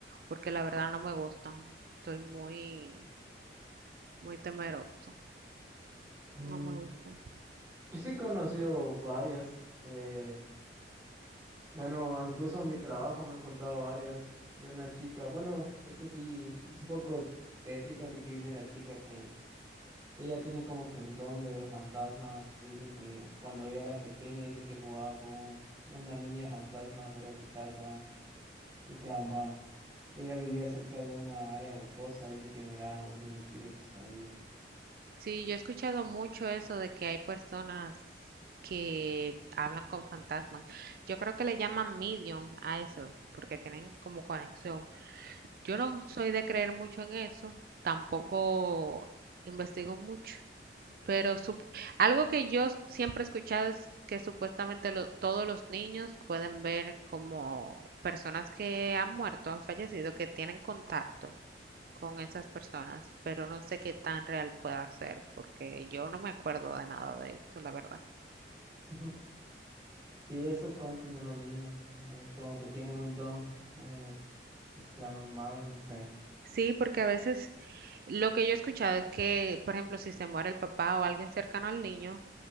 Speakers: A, on the right; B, on the right.
A: porque la verdad no me gustan. Soy muy, muy temerosa.
B: mm,
A: No me gustan.
B: yo sí he conocido varias. eh, Bueno, incluso en mi trabajo me han contado varias de una chica. Bueno, esta sí es un poco tétrica porque dice la chica que ella tiene como que el don de ver fantasmas. Dice que cuando ella era pequeña, dice que jugaba con una niña fantasma fuera de su casa y caramba, ella vivía cerca de una área boscosa. Dice que miraba muchos espíritus ahí.
A: Sí, yo he escuchado mucho eso de que hay personas que hablan con fantasmas. Yo creo que le llaman medium a eso, porque tienen como conexión. Yo no soy de creer mucho en eso, tampoco investigo mucho, Pero sup- algo que yo siempre he escuchado es que supuestamente lo- todos los niños pueden ver como personas que han muerto, han fallecido, que tienen contacto con esas personas, pero no sé qué tan real pueda ser, porque yo no me acuerdo de nada de eso, la verdad.
B: Ujú. <laughs> Sí, eso cuentan de los niños, eh, como que tienen un don eh, extra normal, no sé.
A: Sí, porque a veces lo que yo he escuchado es que, por ejemplo, si se muere el papá o alguien cercano al niño,